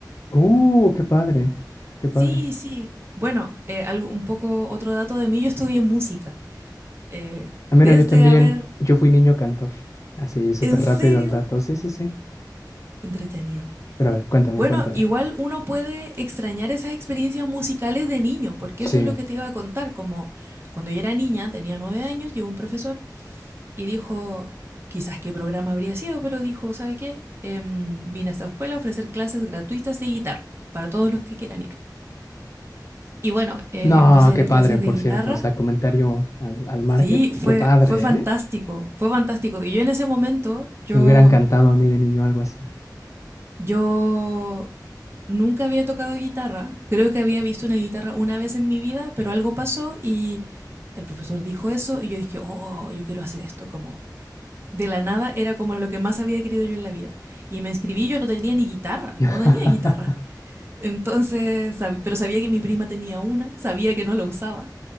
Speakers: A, on the left; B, on the right.
A: Uh, qué padre. Qué padre.
B: Sí, sí. Bueno, eh, algo, un poco otro dato de mí, yo estudié música. Eh, desde
A: Ah, mira, yo también.
B: haber,
A: Yo fui niño cantor. Así, súper
B: en
A: rápido
B: serio,
A: al dato. Sí, sí, sí.
B: Qué entretenido.
A: Pero a ver, cuéntame,
B: Bueno,
A: cuéntame.
B: igual uno puede extrañar esas experiencias musicales de niño, porque
A: Sí.
B: eso es lo que te iba a contar, como cuando yo era niña, tenía nueve años, llegó un profesor y dijo, quizás qué programa habría sido, pero dijo, ¿sabe qué? Em, vine a esta escuela a ofrecer clases gratuitas de guitarra para todos los que quieran ir. Y bueno, eh,
A: No,
B: empecé a
A: qué
B: ir a
A: padre,
B: clases de
A: por
B: guitarra.
A: cierto. O sea, comentario al, al margen.
B: Sí, fue,
A: Qué padre,
B: fue fantástico,
A: ¿eh?
B: fue fantástico. Y yo en ese momento, yo,
A: Me hubiera encantado a mí de niño algo así.
B: yo nunca había tocado guitarra. Creo que había visto una guitarra una vez en mi vida, pero algo pasó y el profesor dijo eso y yo dije, oh, yo quiero hacer esto, como de la nada era como lo que más había querido yo en la vida. Y me inscribí, yo no tenía ni guitarra,
A: <laughs>
B: no tenía guitarra. Entonces, sab- pero sabía que mi prima tenía una, sabía que no la usaba.